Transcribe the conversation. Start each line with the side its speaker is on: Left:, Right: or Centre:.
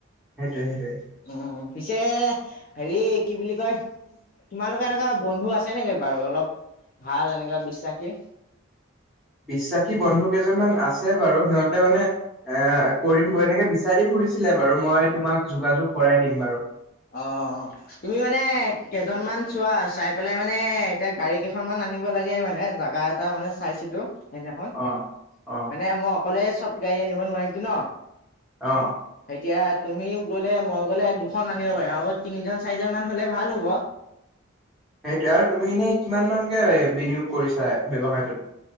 Centre: সেইটোৱে সেইটোৱে
Left: উম, পিছে হেৰি কি বুলি কয় তোমালোকৰ এনেকুৱা বন্ধু আছে নেকি বাৰু অলপ ভাল এনেকুৱা বিশ্বাসী?
Centre: বিশ্বাসী বন্ধু কেইজনমান আছে বাৰু, সিহঁতে মানে এ কৰিম বুলি এনেকে বিচাৰি ফুৰিছিলে বাৰু। মই তোমাক যোগাযোগ কৰাই দিম বাৰু।
Left: অ', অ', অ'। তুমি মানে কেইজন মান চোৱা, চাই পেলাই মানে এতিয়া গাড়ী কেইখনমান আনিব লাগে মানে জাগা এটা মানে চাইছিলো। হেইদিনাখন।
Centre: অ অ
Left: মানে মই অকলে চব গাড়ী আনিব নোৱাৰিমতো ন।
Centre: অ'।
Left: এতিয়া তুমিও গ'লে, মই গ'লে দুখন আনিব পাৰি আৰু তিনিজন-চাৰিজন মান হ'লে ভাল হ'ব।
Centre: সেইটোৱে। আৰু তুমি এনে কিমান মানকে বিনিয়োগ কৰিছা ব্যৱসায়টোত?